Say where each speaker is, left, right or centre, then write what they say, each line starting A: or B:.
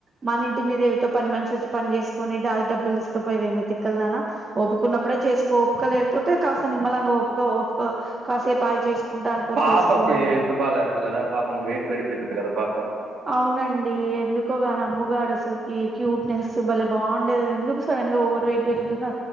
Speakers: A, on the right; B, on the right.
A: మన ఇంటి మీద ఏవతో పని మనిషి వచ్చి పని చేసుకుని అది డబ్బులు తీసుకపోయేది ఏందే తిక్కల దానా ఓపికున్నప్పుడే చేసుకో ఓపిక లేకపోతే కాస్త నిమ్మలంగా ఒప్పుకో ఒప్పుకో కాసేపు ఆగి చేసుకో చేసుకుంటా అనుకోని
B: పాపకి
A: అన్న
B: హెల్త్ బాాలేదుదంట కదా పాపం వెయిట్ పెరిగిపోయిందింట కదా పాప
A: అవునండి ఎందుకోగాని అమ్ముగాడు అసలు ఈ క్యూట్నెస్ భలే బాగుండేది అది ఎందుకు సడన్గా ఓవర్వయిట్ పెరుగుతుందో